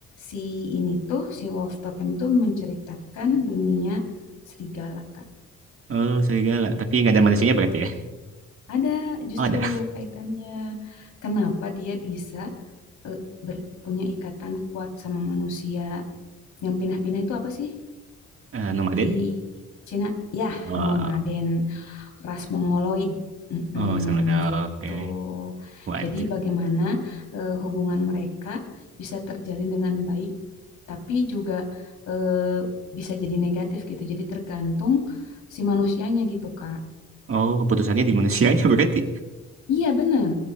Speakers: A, on the left; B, on the right.
A: si ini tuh si Wolf Totem tuh menceritakan dunia serigala, Kak.
B: Oh, serigala. Tapi nggak ada manusianya berarti ya?
A: Ada justru
B: Oh, ada.
A: kaitannya kenapa dia bisa eh, ber- punya ikatan kuat sama manusia yang pindah-pindah itu apa sih
B: Eh, nomaden?
A: di Cina? Ya,
B: Oh,
A: nomaden, ras mongoloid, Mm-mm,
B: oh, sama ada.
A: gitu.
B: Oke. Waduh.
A: Jadi bagaimana eh, hubungan mereka bisa terjalin dengan baik, tapi juga eh, bisa jadi negatif gitu. Jadi tergantung si manusianya gitu, Kak.
B: Oh, keputusannya di manusianya <laughs> berarti.
A: Iya bener.